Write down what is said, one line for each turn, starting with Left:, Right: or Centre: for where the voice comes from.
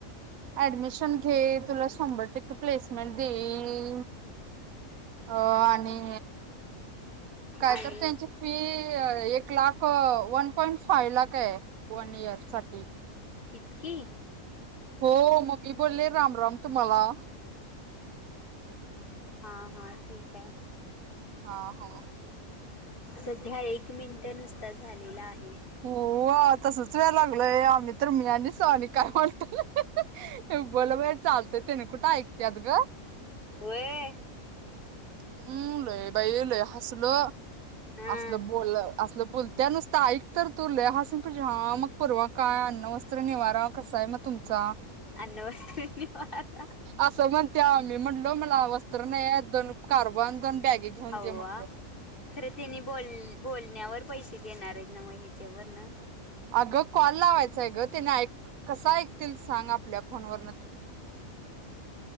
Right: ऍडमिशन घे तुला शंभर टक्के प्लेसमेंट देईन. अ आणि कायतर
Left: आणि
Right: त्यांची फी, ते एक lakh one points five lakh आहे. वन इयर साठी.
Left: इतकी!
Right: हो मग मी बोलले राम राम तुम्हाला.
Left: हा हा, ठीक हाय.
Right: हा हा,
Left: सध्या एक मिनिटं नुसता झालेला आहे.
Right: <unintelligible> <inaudible> या लागलोय आम्ही तर मी आणि श्रु त्या आणि काय म्हणतील. बोला बाई चालतय तेनी कुठ ऐकत्यात ग.
Left: व्हय
Right: हम्म, लय बाई लय हसलो.
Left: हा
Right: असलं बोल असलं बोलतीया नुसत ऐक तर तु लई हासून पडशील हा मग परवा काय आ अन्न, वस्त्र, निवारा कसा आहे मग तुमचा.
Left: अन्न वस्त्र निवारा
Right: असं म्हणत्या, मी म्हणलो मला वस्त्र नाही दोन <unintelligible>
Left: अव्वा
Right: दे म्हटलो
Left: खर तेनी बोल बोलण्यावर पैसे देणार आहेत, नाव हेच्या वर न
Right: अगं कॉल लावायचंय ग त्याने ऐक कस ऐकतील सांग आपल्या फोनवर